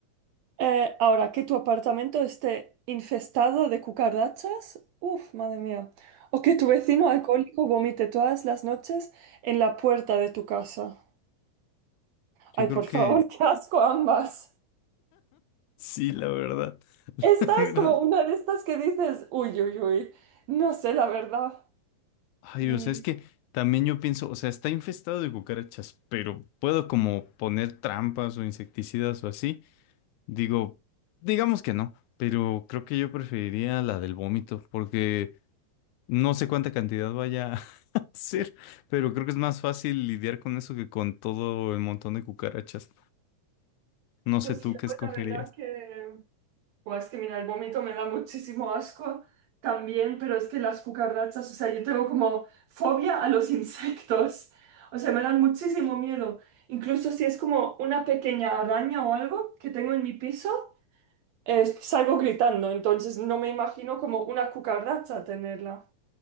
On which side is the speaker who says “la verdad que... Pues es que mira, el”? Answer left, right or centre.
Right